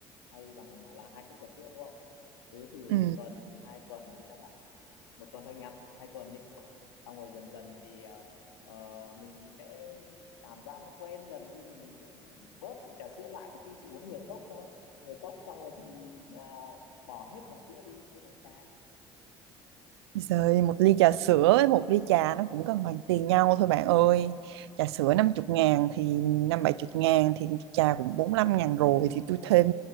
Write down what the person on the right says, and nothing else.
ừ.
Rồi một ly trà sữa với một ly trà nó cũng cân bằng tiền nhau thôi bạn ơi Trà sữa 50 ngàn thì năm bảy chục ngàn thì trà cũng 45 ngàn rồi thì tôi thêm